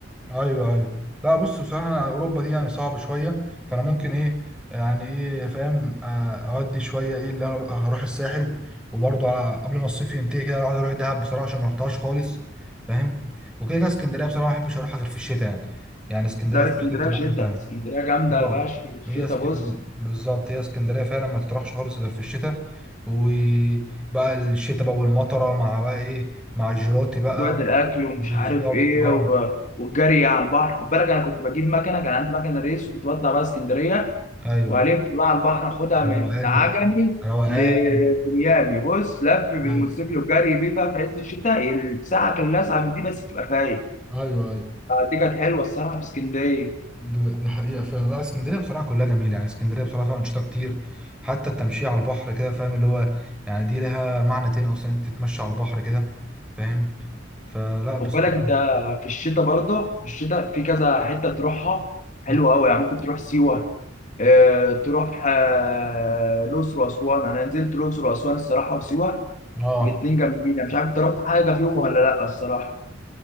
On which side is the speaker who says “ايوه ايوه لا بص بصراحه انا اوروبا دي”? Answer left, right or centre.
Centre